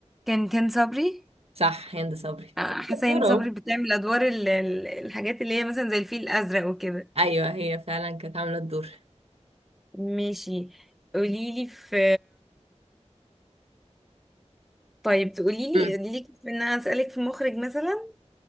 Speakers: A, in the centre; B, on the right (about 60°).
A: كان كان صبري
B: صح هند صبري
A: آه، حسين
B: برافو
A: صبري بتعمل ادوار ال- ال- الحاجات اللي هي مثلا زي الفيل الازرق وكده
B: ايوه هي فعلا كانت عامله الدور
A: ماشي قوليلي في طيب تقوليلي
B: مم.
A: ليك في ان انا اسالك في مخرج مثلا